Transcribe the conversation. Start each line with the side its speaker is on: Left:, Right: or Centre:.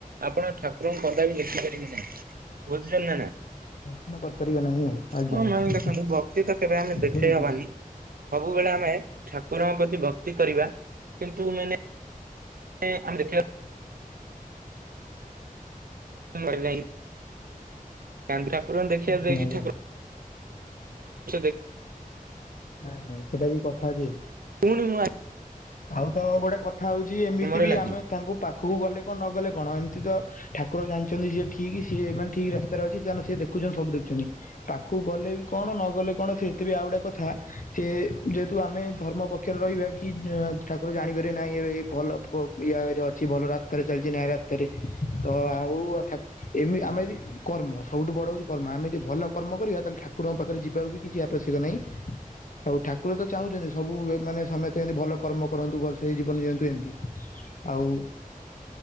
Right: ଆପଣ ଠାକୁରଙ୍କୁ କଦାପି ଦେଖିପାରିବେ ନାହିଁ। ବୁଝିଛନ୍ତି ନା?
Left: ଦର୍ଶନ କରିପାରିବେ ନାହିଁ ଆଉ ଆଜ୍ଞା
Right: ହଁ
Left: ଆଜ୍ଞା
Right: ମାନେ ଦେଖନ୍ତୁ ଭକ୍ତି ତ କେବେ ଆମେ ଦେଖେଇ
Left: ବୁଝୁଛି
Right: ହବାନି।
Left: ବୁଝୁଛି
Right: ସବୁବେଳେ ଆମେ ଠାକୁରଙ୍କ ପ୍ରତି ଭକ୍ତି କରିବା। କିନ୍ତୁ ମାନେ ଆମ ଦେଖିବା <unintelligible> <unintelligible> ଠାକୁରଙ୍କୁ ଦେଖିବାକୁ
Left: ଆଜ୍ଞା
Right: ଯାଇଛୁ
Left: ଆଜ୍ଞା
Right: <unintelligible>
Left: ନାଇଁ ନାଇଁ ସେଇଟା ବି କଥା ଯେ।
Right: ପୁଣି ମୁଁ ଆଜି
Left: ଆଉ ତ ଗୋଟେ କଥା ହଉଛି ଏମିତି
Right: କର୍ମରେ
Left: ବି
Right: ଲାଗିବି।
Left: ଆମେ ତାଙ୍କୁ ପାଖକୁ ଗଲେ କଣ ନ ଗଲେ କଣ ଏମିତି ତ ଠାକୁର ଜାଣିଛନ୍ତି ଯିଏ ଠିକ ସିଏ ମାନେ ଠିକ ରାସ୍ତାରେ ଅଛି ତା ସିଏ ଦେଖୁଛନ୍ତି ସବୁ ଦେଖୁଛନ୍ତି। ପାଖକୁ ଗଲେ ବି କଣ ନଗଲେ କଣ ସେ ଏତେ ବି ଆଉ ଗୁଟେ କ ଥା ସେ ଯେହେତୁ ଆମେ ଧର୍ମ ପକ୍ଷରେ ରହିବା କି ଠାକୁର ଜାଣିପାରିବେ ନାହିଁ ଏ ଭଲ ଇୟା ରେ ଅଛି ଭଲ ରାସ୍ତାରେ ଚାଲିଛି, ନ୍ୟାୟ ରାସ୍ତାରେ। ତ ଆଉ ଏମିତି ଆମେ ଯଦି କର୍ମ ସବୁ ବଡ଼ ହଉଛି କର୍ମ। ଆମେ ଯଦି ଭଲ କର୍ମ କରିବା, ତାହେଲେ ଠାକୁରଙ୍କ ପାଖରେ ଯିବାକୁ ବି କିଛି ଆବଶ୍ୟକ ନାହିଁ। ଆଉ ଠାକୁର ତ ଚାହୁଁଛନ୍ତି ସବୁ ମାନେ ସମେସ୍ତେ ଏମତି ଭଲ କର୍ମ କରନ୍ତୁ ଭଲସେ ଜୀବନ ଜୀଅନ୍ତୁ ଏମିତି। ଆଉ